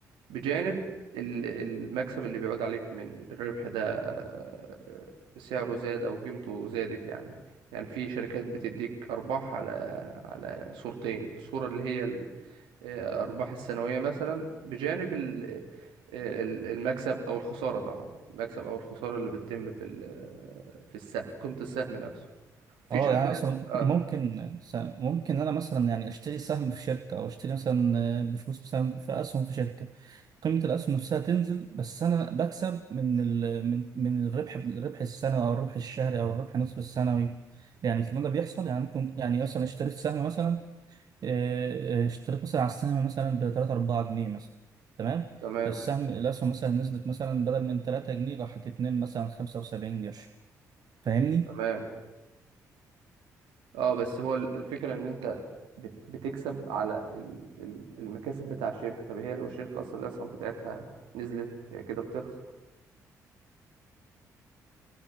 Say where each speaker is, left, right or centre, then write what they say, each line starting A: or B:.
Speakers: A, on the right; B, on the right.
A: بجانب ال- المكسب اللي بيعود عليك من الربح ده آه، سعره زاد او قيمته زادت يعني يعني في شركات بتديك ارباح على على صورتين الصورة اللي هي الارباح السنوية مثلا بجانب ال- آه، ال- المكسب او الخسارة طبعا المكسب او الخسارة اللي بتتم في ال- في السهم في قيمة السهم نفسه في
B: اه
A: شركات
B: يعني اصلا
A: اه
B: ممكن س- ممكن انا مثلا يعني اشتري سهم في شركه او اشتري مثلا آه، بفلوس مثلا في اسهم في شركه قيمه الاسهم نفسها تنزل بس انا بكسب من ال من من الربح الربح السنوي او الربح الشهري او الربح نصف السنوي يعني الكلام ده بيحصل يعني ممكن يعني مثلا اشتريت سهم مثلا آه، آه، اشتريت مثلا على السهم مثلا ب 3 4 جنيه مثلا تمام
A: تمام
B: السهم الاسهم مثلا نزلت مثلا بدل من 3 جنيه راحت 2 مثلا 75 قرش فاهمني
A: تمام اه بس هو ال- الفكرة ان انت بت- بتكسب على ال- ال- المكاسب بتاع الشركة طب هي لو الشركة اصلا الاسهم بتاعتها نزلت فهي كده بتخسر